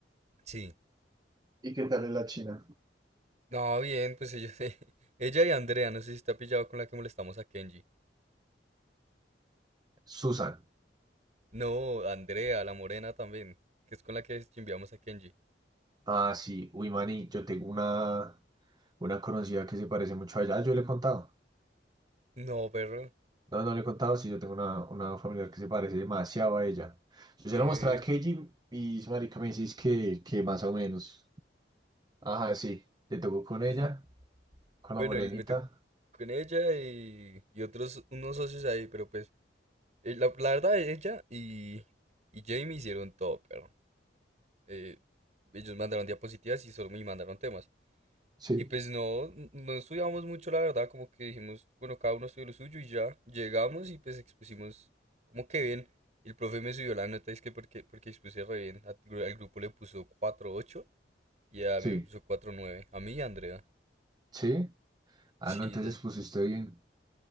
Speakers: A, on the right (about 40°); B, on the right (about 25°).
A: Sí,
B: ¿Y qué tal es la china?
A: No, bien, pues ellos, <laughs> ella y Andrea, no sé si está pillado con la que molestamos a Kenji.
B: Susan.
A: No, Andrea, la morena también, que es con la que chimbiamos a Kenji.
B: Ah, sí, uy, Mani, yo tengo una, una conocida que se parece mucho a ella. Ah, yo le he contado.
A: No, perro,
B: No, no le he contado, sí, yo tengo una, una familiar que se parece demasiado a ella. Yo se
A: ve,
B: la mostré a Keiji y su marica me dice que, que más o menos. Ajá, sí, le tocó con
A: pues,
B: ella, con
A: Bueno,
B: la morenita.
A: y me tocó con ella y, y otros, unos socios ahí, pero pues, eh, la, la verdad, ella y, y Jamie hicieron todo, perro. Eh, ellos mandaron diapositivas y solo me mandaron temas.
B: Sí,
A: Y pues no, no estudiábamos mucho, la verdad, como que dijimos, bueno, cada uno estudió lo suyo y ya llegamos y pues expusimos como que bien. Y el profe me subió la nota, es que porque, porque expuse re bien. Al gru- al grupo le puso cuatro punto ocho y a
B: sí,
A: mí me puso cuatro punto nueve A mí y a Andrea.
B: sí. Ah,
A: Sí,
B: no, entonces
A: ya-
B: pusiste bien.